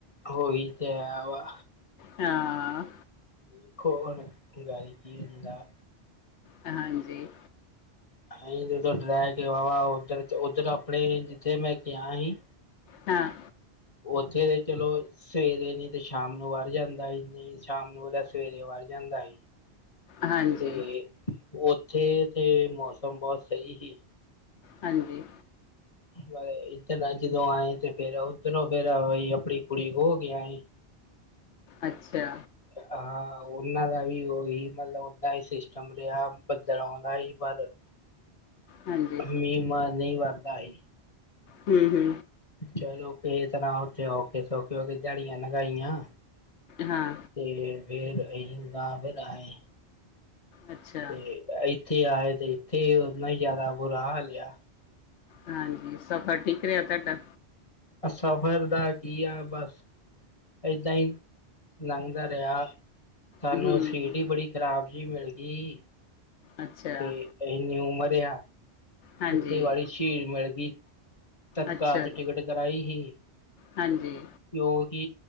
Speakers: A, on the left; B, on the left.
A: ਉਹੀ ਤੇ ਹੈ ਵਾ
B: ਹਾਂ
A: ਵੇਖੋ ਹੁਣ ਗਾਰੀ ਕੀ ਹੁੰਦਾ
B: ਹਾਂਜੀ।
A: ਅਹੀ ਤੇ <unintelligible> ਓਧਰ ਤੇ ਓਧਰ ਆਪਣੇ ਜਿੱਥੇ ਮੈਂ ਕਿਆ ਹੀ
B: ਹਾਂ
A: ਓਥੇ ਤੇ ਚਲੋ ਸਵੇਰੇ ਨੀ ਤੇ ਸ਼ਾਮ ਨੂੰ ਵਰ ਜਾਂਦਾ <unintelligible> ਸ਼ਾਮ ਨੂੰ ਓਦਾ ਸਵੇਰੇ ਵਾਰ ਜਾਂਦਾ ਏ।
B: ਹਾਂਜੀ
A: ਤੇ ਓਥੇ ਤੇ ਮੌਸਮ ਬੋਤ ਸਈ ਸੀ।
B: ਹਾਂਜੀ।
A: ਬ ਇਧਰ ਨਾ ਜਦੋਂ ਆਏ ਤੇ ਫੇਰ ਓਧਰੋਂ ਫੇਰ <unintelligible> ਆਪਣੀ ਕੁੜੀ ਖੋ ਕੇ ਆਏ।
B: ਅੱਛਾ।
A: ਹਾਂ ਓਨਾਂ ਦਾ ਵੀ ਓਹੀ ਮਤਲਬ ਓਦਾਂ ਈ ਸਿਸਟਮ ਰਿਆ ਬੱਦਲ ਔਨਦਾ ਹੀ ਪਰ
B: ਹਾਂਜੀ
A: ਮੀ ਮਾ ਨਹੀਂ ਵਾਰਦਾ ਹੀ।
B: ਹੂੰ-ਹੂੰ
A: ਚਲੋ ਕਿਸ ਤਰ੍ਹਾਂ ਓਥੇ ਓਖੇ ਸੋਕੇ ਹੋਕੇ ਦਿਆ ਮੜੀਆਂ ਲੰਗਾਈਆਂ।
B: ਹਾਂ
A: ਤੇ ਵੇਰ ਅਹੀ ਗਾਭਰਏ
B: ਅੱਛਾ
A: ਤੇ ਏਥੇ ਆਏ ਤੇ ਏਥੇ ਓਨਾ ਈ ਜਾਦਾ ਬੁਰਾ ਹਾਲ ਆ।
B: ਹਾਂਜੀ ਸਫ਼ਰ ਠੀਕ ਰਿਆ ਤੁਹਾਡਾ?
A: ਅ ਸਫ਼ਰ ਦਾ ਕੀ ਆ ਬਸ ਏਦਾਂ ਈ ਲੰਘਦਾ ਰਿਆ ਸਾਨੂੰ
B: ਹੂੰ
A: ਸੀਟ ਈ ਬੜੀ ਖ਼ਰਾਬ ਜੀ ਮਿਲਗੀ
B: ਅੱਛਾ
A: ਤੇ ਏਨੀ ਉਮਰ ਆ
B: ਹਾਂਜੀ
A: ਉੱਤੇ ਵਾਲੀ ਸ਼ੀਰ ਮਿਲਗੀ ਤਤਕਾਲ
B: ਅੱਛਾ
A: ਚ
B: ਜੀ
A: ਟਿਕਟ ਕਰਾਈ ਹੀ
B: ਹਾਂਜੀ
A: <unintelligible> ਕੀ